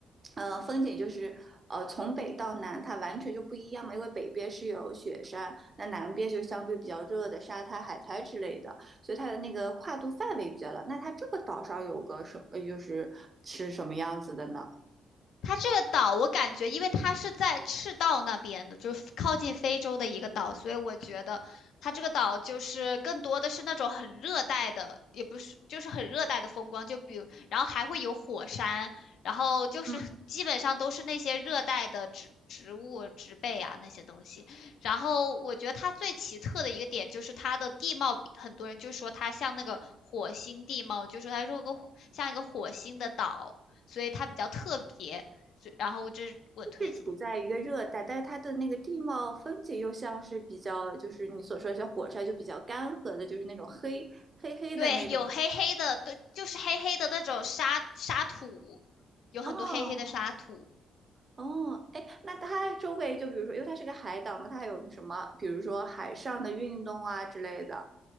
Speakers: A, on the right (about 35°); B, on the left (about 75°).
A: 呃，风景就是呃从北到南它完全就不一样嘛。因为北边是有雪山，那南边就相对比较热的沙滩、海滩之类的，所以它的那个跨度范围比较大。那它这个岛上有个什么，呃就是是什么样子的呢？
B: 它这个岛，我感觉，因为它是在赤道那边的，就是靠近非洲的一个岛，所以我觉得它这个岛就是更多的是那种很热带的，也不是，就是很热带的风光，就比如，然后还会有火山，然后就是基本上都是那些热带的植植物、
A: 嗯
B: 植被啊那些东西。然后我觉得它最奇特的一个点就是它的地貌比，很多人就说它像那个火星地貌，就说它是个像一个火星的岛。所以它比较特别，就然后这是我推荐，
A: 是处在一个热带，但是它的那个地貌风景又像是比较，就是你所说的像火山，就比较干涸的，就是那种黑黑黑的那种。
B: 对，有黑黑的，对，就是黑黑的那种沙沙土，有很多黑黑的沙土，
A: 哦哦，哎，那它周围就比如说，因为它是个海岛嘛，它还有什么，比如说海上的运动啊之类的。